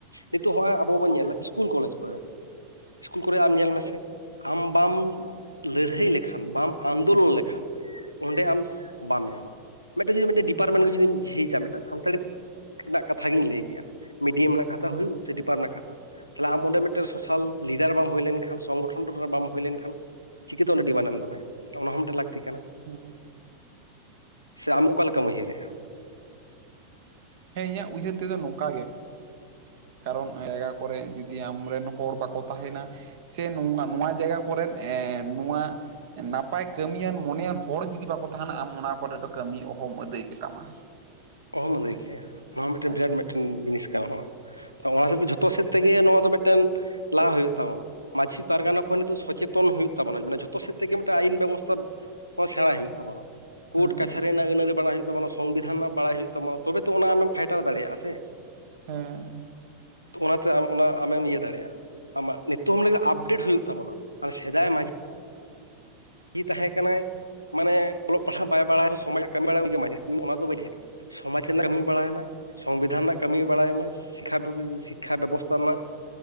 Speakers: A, on the left; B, on the right.
A: ᱱᱤᱛᱚᱜ ᱦᱚᱸᱜᱼᱚᱭ ᱟᱵᱚ ᱵᱚᱱ ᱧᱮᱞᱟ ᱤᱥᱠᱩᱞ ᱠᱚᱞᱮᱡᱽ ᱠᱚᱨᱮ ᱤᱥᱠᱩᱞ ᱠᱚᱨᱮ ᱟᱢ ᱧᱮᱞ ᱢᱮᱥᱮ ᱟᱢ ᱵᱟᱢ ᱞᱟᱹᱲᱦᱟᱹᱭ ᱞᱮᱠᱷᱟᱱ ᱵᱟᱢ ᱟᱱᱫᱳᱞᱚᱱ ᱞᱮᱠᱷᱟᱱ ᱚᱸᱰᱮ ᱟᱢ ᱵᱟᱢ ᱧᱟᱢᱟ ᱢᱤᱫᱴᱮᱱ ᱡᱩᱫᱤ ᱢᱤᱫᱴᱮᱱ ᱰᱤᱯᱟᱨᱢᱮᱱᱴ ᱡᱩᱫᱤᱢ ᱡᱷᱤᱡᱟ ᱢᱤᱫᱴᱟᱱ ᱥᱟᱱᱛᱟᱲᱤ ᱨᱮᱱᱟᱜ ᱠᱟᱛᱷᱟ ᱜᱤᱧ ᱞᱟᱹᱭ ᱠᱮᱜᱼᱟ ᱢᱤᱰᱤᱭᱟᱢ ᱨᱮᱱᱟᱜ ᱠᱟᱛᱷᱟ
B: ᱦᱩᱸ
A: ᱦᱩᱭᱩᱜ ᱥᱮ ᱰᱤᱯᱟᱨᱢᱮᱱᱴ ᱨᱮᱱᱟᱜ ᱠᱟᱛᱷᱟ ᱛᱟᱦᱚᱞᱮ ᱟᱢ ᱚᱸᱰᱮ ᱢᱤᱫᱴᱮᱱ ᱥᱳᱥᱟᱞ ᱞᱤᱰᱟᱨ ᱵᱟᱢ ᱦᱩᱭ ᱞᱮᱱᱠᱷᱟᱱ ᱥᱚᱝᱜᱚᱴᱷᱚᱱ ᱵᱟᱢ ᱦᱩᱭ ᱞᱮᱱᱠᱷᱟᱱ ᱪᱤᱠᱟᱹᱛᱮ ᱚᱱᱰᱮ ᱰᱤᱢᱟᱱᱰᱮᱢ ᱫᱚᱦᱚᱭᱟ ᱛᱟᱦᱚᱞᱮ ᱚᱱᱟ ᱦᱚᱸ ᱢᱤᱫᱴᱟᱝ ᱞᱟᱹᱠᱛᱤ ᱠᱟᱱᱟ᱾
B: ᱦᱩᱸ
A: ᱥᱮ ᱟᱢ ᱚᱠᱟᱞᱮᱠᱟᱢ ᱩᱭᱦᱟᱹᱨᱮᱜᱼᱟ
B: ᱦᱮᱸ ᱤᱧᱟᱹᱜ ᱩᱭᱦᱟᱹᱨ ᱛᱮᱫᱚ ᱱᱚᱝᱠᱟ ᱜᱮ ᱠᱟᱨᱚᱱ ᱡᱟᱭᱜᱟ ᱠᱚᱨᱮ ᱡᱩᱫᱤ ᱟᱢᱨᱮᱱ ᱦᱚᱲ ᱵᱟᱠᱚ ᱛᱟᱦᱮᱱᱟ ᱥᱮ ᱱᱚᱣᱟ ᱱᱚᱣᱟ ᱡᱟᱭᱜᱟ ᱠᱚᱨᱮᱫ ᱮ ᱱᱚᱣᱟ ᱱᱟᱯᱟᱭ ᱠᱟᱹᱢᱤᱭᱟᱱ ᱢᱚᱱᱮᱭᱱ ᱦᱚᱲ ᱡᱩᱫᱤ ᱵᱟᱠᱚ ᱛᱟᱦᱮᱱᱟ ᱟᱢ ᱚᱱᱟ ᱠᱚᱨᱮ ᱫᱚ ᱠᱟᱹᱢᱤ ᱚᱦᱚᱢ ᱟᱹᱫᱟᱹᱭ ᱠᱮᱛᱟᱢᱟ᱾
A: ᱚᱦᱚᱢ ᱟᱹᱫᱟᱹᱭ ᱠᱮᱭᱟ ᱱᱚᱣᱟ ᱢᱤᱫᱴᱮᱱ
B: ᱦᱮᱸ
A: ᱵᱮᱨ ᱢᱤᱫᱴᱮᱱ ᱡᱤᱱᱤᱥ ᱠᱟᱱᱟ ᱱᱚᱣᱟ ᱚᱱᱟ ᱥᱮᱫ ᱛᱮ ᱡᱷᱚᱛᱚ ᱥᱮᱫ ᱛᱮᱜᱮ ᱱᱚᱣᱟ ᱫᱚ ᱢᱤᱫᱴᱮᱱ ᱞᱟᱦᱟᱜ ᱦᱩᱭᱩᱜ ᱛᱟᱵᱚᱱᱟ ᱢᱟᱺᱡᱷᱤ ᱯᱟᱨᱜᱟᱱᱟ ᱠᱷᱚᱱ ᱱᱤᱛᱳᱜ ᱥᱚᱪᱮᱛᱚᱱ ᱦᱩᱭᱩᱜ ᱛᱟᱵᱚᱱᱟ ᱢᱟᱱᱮ ᱡᱷᱚᱛᱚ ᱥᱮᱫ ᱛᱮᱜᱮ ᱢᱤᱫᱴᱮᱱ ᱟᱹ ᱟᱭᱤᱱ ᱵᱮᱵᱚᱥᱛᱷᱟ ᱥᱮᱬᱟᱭ ᱦᱩᱭᱩᱜ ᱛᱟᱵᱚᱱᱟ, ᱠᱳᱨᱴ
B: ᱦᱮᱸ
A: ᱠᱟᱪᱷᱟᱨᱤ ᱨᱮᱱᱟᱜ ᱟᱹᱱ ᱟᱹᱨᱤ ᱵᱟᱲᱟᱭ ᱦᱩᱭᱩᱜ ᱛᱟᱵᱚᱱᱟ ᱥᱚᱝᱵᱤᱫᱷᱟᱱ ᱨᱮᱱᱟᱜ ᱵᱟᱲᱟᱭ ᱦᱩᱭᱩᱜ ᱛᱟᱢᱟ ᱛᱚᱵᱮ ᱛᱚ ᱚᱱᱟ ᱟᱢᱮᱢ ᱯᱷᱟᱭᱴᱟᱨ ᱫᱟᱲᱮᱭᱟᱜᱼᱟ ᱥᱮ
B: ᱦᱮᱸ
A: ᱛᱚ ᱚᱱᱟᱛᱮ ᱟᱢ ᱚᱱᱟ ᱟᱢᱮᱢ ᱤᱭᱟᱹ ᱫᱟᱲᱮᱭᱟᱜᱼᱟ᱾ ᱟᱢᱟᱜ ᱱᱤᱛᱚᱜ ᱦᱚᱸ ᱞᱟᱹᱜᱤᱫ ᱟᱯᱰᱮᱴ ᱦᱩᱭᱩᱜ ᱛᱟᱵᱚᱱᱟ ᱢᱟᱱᱮ ᱥᱮᱫᱟᱭ ᱢᱟᱺᱡᱷᱤ ᱛᱟᱦᱮᱸ ᱠᱟᱱᱟᱭ ᱢᱟᱱᱮ ᱚᱞᱚᱜ ᱯᱟᱲᱦᱟᱜ ᱵᱟᱭ ᱵᱟᱲᱟᱭ ᱥᱚᱢᱟᱡᱽ ᱠᱟᱹᱢᱤ ᱵᱟᱲᱟᱜᱮ ᱤᱧ ᱚᱱᱟ ᱫᱚ ᱵᱟᱹᱧ ᱞᱟᱹᱭᱫᱟ ᱥᱚᱢᱟᱡᱽ ᱨᱮᱭᱟᱜ ᱠᱟᱹᱢᱤ ᱵᱟᱲᱟᱭ ᱢᱟᱭ ᱥᱚᱝᱵᱤᱫᱷᱟᱱ ᱨᱮᱱᱟᱜ ᱠᱟᱹᱢᱤ ᱵᱟᱲᱟᱭ ᱢᱟᱭ ᱥᱤᱠ ᱥᱤᱠᱠᱷᱟ ᱵᱮᱵᱚᱥᱛᱷᱟ ᱨᱮᱱᱟᱜ